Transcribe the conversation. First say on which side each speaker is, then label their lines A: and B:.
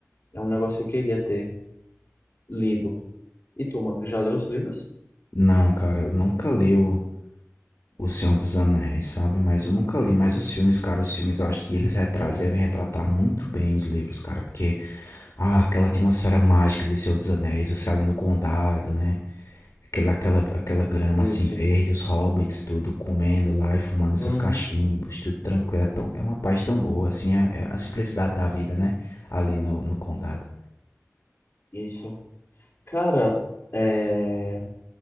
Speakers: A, on the left; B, on the left.
A: É um negócio que eu queria ter lido. E tu, mano, tu já leu os livros?
B: Não, cara, eu nunca li o, o Senhor dos Anéis, sabe? Mas eu nunca li. Mas os filmes, cara, os filmes eu acho que eles retra- devem retratar muito bem os livros, cara. Porque. Ah, aquela atmosfera mágica de Senhor dos Anéis, você ali no condado, né? Aquela, aquela, aquela grama
A: Isso.
B: assim verde, os hobbits tudo comendo lá e fumando seus
A: Uhum.
B: cachimbos, tudo tranquilo. É, tão, é uma paz tão boa, assim, é, é a simplicidade da vida, né? Ali no, no condado.
A: Isso. Cara, é.